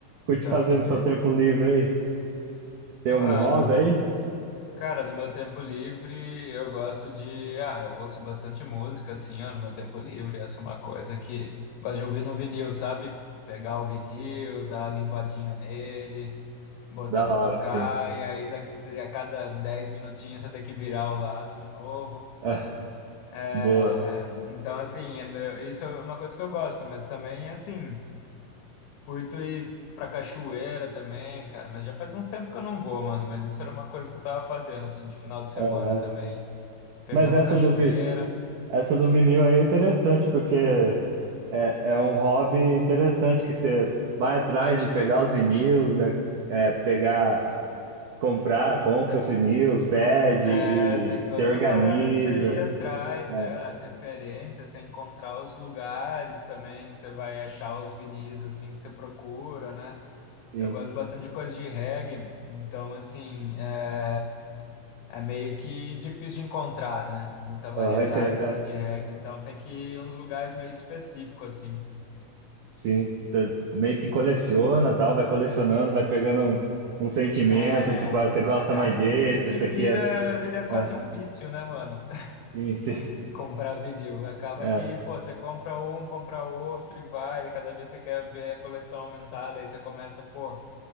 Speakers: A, on the right; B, on the left.
A: curte
B: Não tá
A: fazer
B: afim
A: no
B: de...
A: seu tempo livre aí? Tem
B: Mano,
A: um hobby aí?
B: cara, no meu tempo livre eu gosto de... Ah, eu ouço bastante música, assim, ó, no meu tempo livre. Essa é uma coisa que gosto de ouvir no vinil, sabe? Pegar o vinil, dar uma limpadinha nele, botar
A: Da
B: pra
A: hora,
B: tocar,
A: sim.
B: e aí da- de- a cada 10 minutinhos você tem que virar o lado de novo.
A: Ah,
B: É,
A: boa.
B: Então, assim, é meu- isso é uma coisa que eu gosto, mas também, assim... Curto ir pra cachoeira também, cara, mas já faz uns tempos que eu não vou, mano. Mas isso era uma coisa que eu tava fazendo, assim, de final de
A: aham.
B: semana também. Pegar
A: Mas
B: uma
A: essa
B: cachoeira.
A: do, vi- essa do vinil aí é interessante, porque é, é um hobby interessante que você vai atrás de pegar os vinil, né? É, pegar. comprar,
B: Hum,
A: compra
B: te-
A: os vinis, pede
B: É,
A: e
B: tem toda
A: se organiza.
B: a parada de você ir atrás,
A: É,
B: é, as referências, você encontrar os lugares também que você vai achar os vinis, assim, que você procura, né?
A: sim.
B: Eu gosto bastante de coisa de reggae, então, assim, é, é meio que difícil de encontrar, né? Muita variedade,
A: Aham, isso é-
B: assim,
A: é,
B: de reggae. Então, tem que ir em uns lugares meio específicos, assim.
A: sim. Você meio que coleciona, tal, vai colecionando, vai pegando um, um sentimento,
B: É,
A: tipo, ah, você gosta
B: acaba
A: mais desse,
B: que se que
A: esse
B: vira
A: aqui é,
B: vira quase
A: é,
B: um vício, né, mano?
A: sim, sim, <laughs>
B: <laughs> Comprar vinil. Acaba
A: é,
B: que, pô, você compra um, compra outro e vai, e cada vez você quer ver a coleção aumentada, aí você começa, pô,